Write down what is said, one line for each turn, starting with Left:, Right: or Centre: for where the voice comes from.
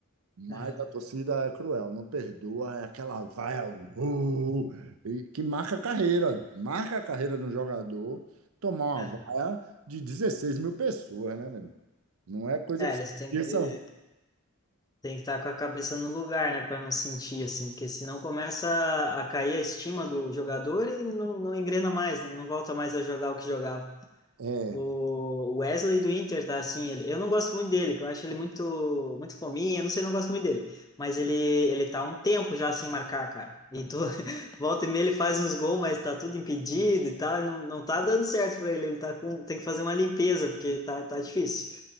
Right: Mas
Left: Aham,
Right: a torcida é cruel, não perdoa, é aquela vaia, uh, e que marca a carreira, marca a carreira de um jogador tomar
Left: aham.
Right: uma vaia de 16 mil pessoas, né, velho? Não é coisa
Left: É,
Right: que
Left: eles
Right: se esqueça.
Left: têm que têm que estar com a cabeça no lugar, né, para não sentir assim, porque senão começa a a cair a estima do jogador e não, não engrena mais, né? Não volta mais a jogar o que jogava.
Right: É.
Left: O Wesley do Inter tá assim, ele, eu não gosto muito dele, que eu acho ele muito muito fominha, não sei, não gosto muito dele, mas ele ele tá há um tempo já sem marcar, cara. E tu <laughs> volta e meia ele faz uns gols, mas tá tudo impedido e tal, e não, não tá dando certo pra ele, ele tá com tem que fazer uma limpeza, porque tá tá difícil.